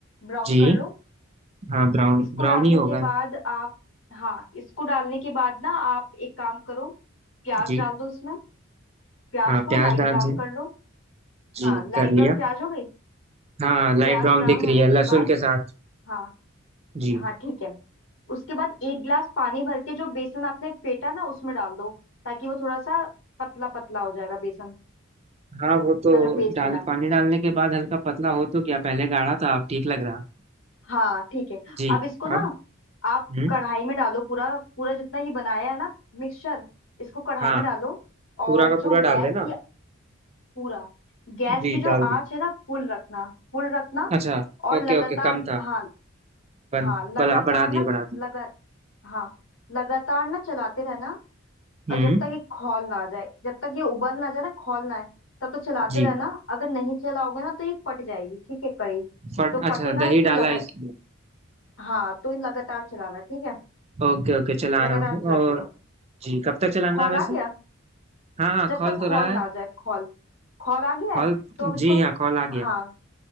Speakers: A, on the left (about 65°); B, on the right (about 30°).
A: ब्राउन
B: जी
A: कर लो
B: हाँ ब्राउन
A: इसको
B: ब्राउन
A: डालने
B: ही होगा
A: के बाद आप हाँ इसको डालने के बाद ना आप एक काम करो प्याज
B: जी
A: डाल दो इसमें प्याज
B: हाँ
A: को
B: प्याज
A: लाइट
B: डाल
A: ब्राउन
B: दिए
A: कर लो
B: जी
A: हाँ लाइट
B: कर लिया
A: ब्राउन प्याज हो गई
B: हाँ लाइट
A: प्याज
B: ब्राउन
A: ब्राउन
B: दिख
A: होने
B: रही है
A: के
B: लहसुन
A: बाद
B: के साथ
A: हाँ
B: जी
A: हाँ ठीक है उसके बाद एक गिलास पानी भर के जो बेसन आपने फेटा ना उसमें डाल दो ताकि वो थोड़ा सा पतला पतला हो जाएगा बेसन
B: हाँ वो तो
A: का जो पेस्ट
B: डाल
A: बना है
B: पानी डालने के बाद हल्का पतला हो तो क्या पहले गाढ़ा था अब ठीक लग रहा
A: हाँ ठीक है
B: जी
A: अब इसको ना
B: अब
A: आप
B: हम्म
A: कढ़ाई में डालो पूरा पूरा जितना ये बनाया है ना मिक्सचर इसको कढ़ाई
B: हाँ
A: में डालो और
B: पूरा का
A: जो
B: पूरा
A: गैस
B: डाल देना
A: की पूरा गैस
B: जी
A: की जो
B: डाल
A: आंच
B: दी
A: है ना फुल रखना फुल रखना
B: अच्छा
A: और
B: ओके
A: लगातार
B: ओके कम था
A: हाँ
B: बन
A: हाँ लगातार
B: बढ़ा बढ़ा दिए
A: ना
B: बढ़ा दिए
A: लगा हाँ लगातार ना चलाते रहना
B: हम्म
A: और जब तक ये खौल ना आ जाए जब तक ये उबल ना जाए ना खौल ना आए तब तक चलाते
B: जी
A: रहना अगर नहीं चलाओगे ना तो ये फट जाएगी ठीक है कड़ी
B: फट
A: तो फटे
B: अच्छा
A: ना
B: दही
A: इसलिए
B: डाला
A: लगा
B: है इसलिए
A: हाँ तो ये लगातार चलाना ठीक है
B: ओके ओके चला
A: लगातार
B: रहा हूँ
A: चलाते
B: और
A: रहो
B: जी कब तक चलाना
A: खौल
B: है वैसे
A: आ गया
B: हाँ हाँ
A: जब
B: कॉल
A: तक
B: तो
A: खौल
B: रहा है
A: ना आ जाए खौल खौल आ गया
B: कॉल
A: है तो अब इसको
B: जी हाँ कॉल आ गया
A: हाँ